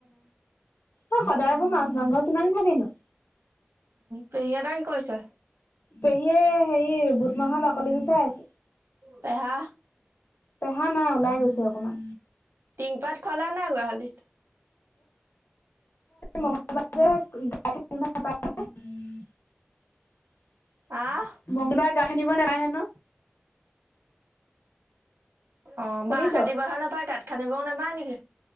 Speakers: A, on the left (about 70°); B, on the right (about 80°).
A: অ সদায়বোৰ মাছ মাংস কিমান ভাবিিনো
B: পেহী এটাই কি কৰিছে
A: পেহীয়ে হেৰি বুট মাহৰ বাকলি গুচাই আছে।
B: পেহা
A: পেহা নাই ওলাই গৈছে অকমান।
B: টিংপাত খলা নাই গোহালিত?
A: মঙলবাৰে গাড় নাপ <inaudible>
B: আহ
A: মঙ্গলবাৰে গাখীৰ নিব নাহে ন?
B: অ
A: শুনিছ
B: বাহ কাটিবহে নাপায় গাঁত খান্দিবও নাপায় নেকি?